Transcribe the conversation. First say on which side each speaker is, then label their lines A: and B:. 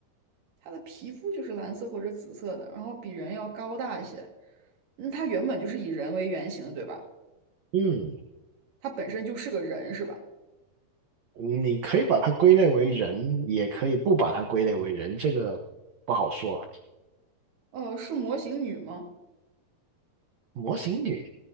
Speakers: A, on the right; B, on the right.
A: 他的皮肤就是蓝色或者紫色的，然后比人要高大一些。那他原本就是以人为原型的，对吧？
B: 嗯，
A: 他本身就是个人，是吧？
B: 你可以把它归类为人，也可以不把它归类为人，这个不好说。
A: 哦，是模型女吗？
B: 模型女，